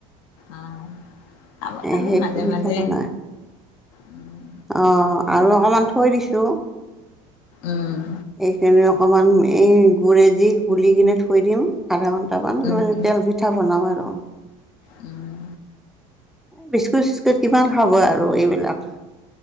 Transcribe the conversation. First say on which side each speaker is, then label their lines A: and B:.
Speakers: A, on the left; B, in the centre.
A: অ', খাব লাগে
B: এ সেইটো
A: মাজে
B: পিঠা
A: মাজে।
B: বনাই।
A: উম,
B: অ', আৰু অকমান থৈ দিছো,
A: উম,
B: এইখিনি অকমান এই গুৰে যি গুলি কিনে থৈ দিম। আধা ঘণ্টামান
A: উম,
B: মানে
A: উম,
B: তেল পিঠা বনাম আৰু।
A: উম।
B: বিস্কুট চিস্কুট কিমান খাব আৰু এইবিলাক।